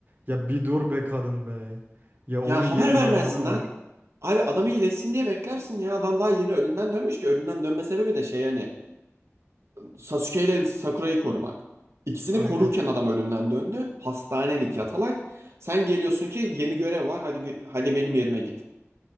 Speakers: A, on the right; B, on the right.
A: Ya bir dur be kadın be. Ya
B: ya
A: onun yeri
B: haber vermezsin
A: zamanı
B: lan.
A: var.
B: Abi adamı iyileşsin diye beklersin ya. Adam daha yeni ölümden dönmüş ki. Ölümden dönme sebebi de şey hani Sasuke ile Sakura'yı korumak. İkisini
A: Aynen
B: korurken adam ölümden döndü. Hastanelik yatalak. Sen geliyorsun ki yeni görev var. Hadi hadi benim yerime git.